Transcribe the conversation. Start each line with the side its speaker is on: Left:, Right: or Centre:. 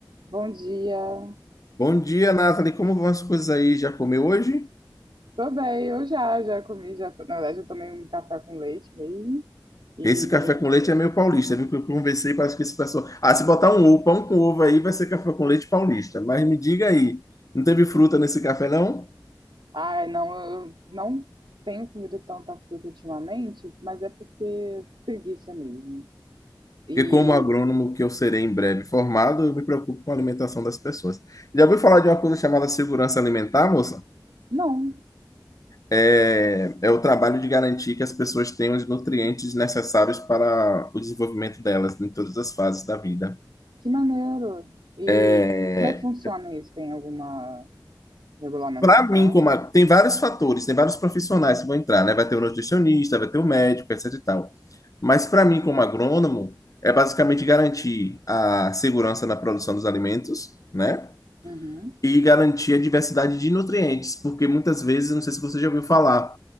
Right: Bom dia.
Left: Bom dia, Nathalie. Como vão as coisas aí? Já comeu hoje?
Right: Tô bem, eu já, já comi, já, to- na verdade eu tomei um café com leite mesmo. E,
Left: Esse café com leite é meio paulista, viu? Que eu conversei, parece que esse pessoal. Ah, se botar um ovo, pão com ovo aí, vai ser café com leite paulista. Mas me diga aí, não teve fruta nesse café, não?
Right: ai, não, eu não tenho comido tanta fruta ultimamente, mas é porque preguiça mesmo. E,
Left: Porque, como agrônomo que eu serei em breve formado, eu me preocupo com a alimentação das pessoas. Já ouviu falar de uma coisa chamada segurança alimentar, moça?
Right: não,
Left: É, é o trabalho de garantir que as pessoas tenham os nutrientes necessários para o desenvolvimento delas em todas as fases da vida.
Right: que maneiro. E
Left: É,
Right: como é que funciona isso? Tem alguma regulamentação?
Left: Para mim, como a- tem vários fatores, tem vários profissionais que vão entrar, né? Vai ter o nutricionista, vai ter o médico, etc e tal. Mas para mim, como agrônomo, é basicamente garantir a segurança na produção dos alimentos, né?
Right: Uhum.
Left: E garantir a diversidade de nutrientes, porque muitas vezes, não sei se você já ouviu falar,